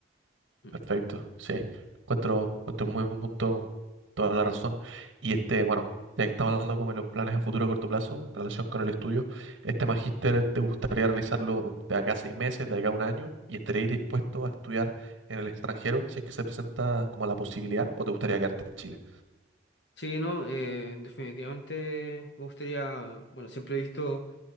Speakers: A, on the left; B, on the right.
A: Mm.
B: Perfecto, sí. Encuentro, encuentro muy buen punto, toda la razón. Y este, bueno, ya que estamos hablando como de los planes a futuro a corto plazo en relación con el estudio, ¿este magíster te gustaría realizarlo de acá a seis meses, de acá a un año, y estarías dispuesto a estudiar en el extranjero si es que se presenta como la posibilidad o te gustaría quedarte en Chile?
A: Sí, no, eh, definitivamente me gustaría, bueno, siempre he visto